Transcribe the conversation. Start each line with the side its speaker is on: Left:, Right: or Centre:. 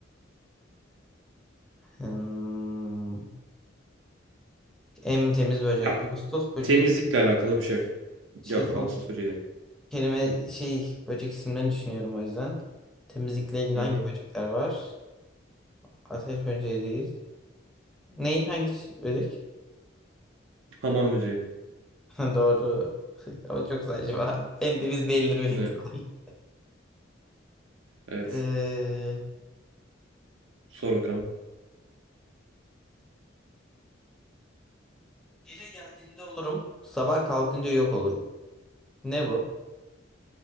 Centre: Hmm, en temiz böcek.
Right: Ya
Centre: Ağustos böceği.
Right: temizlikle alakalı bir şey.
Centre: İşte
Right: Yok.
Centre: o
Right: Ağustos böceği değil.
Centre: kelime şey böcek isimlerini düşünüyorum o yüzden. Temizlikle ilgili
Right: Hı
Centre: hangi
Right: hı.
Centre: böcekler var? Ateş böceği değil. Ney? Hangi ç- böcek?
Right: Hamam böceği.
Centre: <laughs> Doğru. <laughs> Ama çok saçma. En temiz değildir büyük
Right: Ne?
Centre: ihtimalle.
Right: Evet.
Centre: Ee,
Right: Sor bakalım.
Centre: gece geldiğinde olurum. Sabah kalkınca yok olurum. Ne bu?